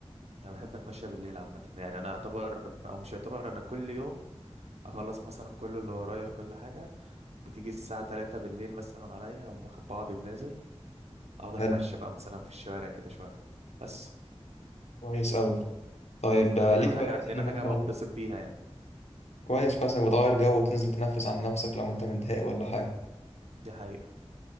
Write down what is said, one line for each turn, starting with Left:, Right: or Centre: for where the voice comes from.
Right: أنا بحب أتمشى بالليل عامة يعني أنا أعتبر أو مش أعتبر أنا كل يوم أخلص مثلا كل اللي ورايا وكل حاجة بتيجي الساعة تلاتة بالليل مثلا عليا أقوم واخد بعضي ونازل أقعد أتمشى
Left: حلو
Right: بقى مثلا في الشوارع كده شوية بس
Left: كويس قوي طيب
Right: ما
Left: آه،
Right: دينا
Left: ليك
Right: بقى حاجة
Left: هوايات
Right: دينا
Left: تانية
Right: حاجة
Left: مثلا
Right: بتبسط بيها يعني
Left: كويس كويس انك بتغير جو وتنزل تنفس عن نفسك لو انت متضايق ولا حاجة
Right: دي حقيقة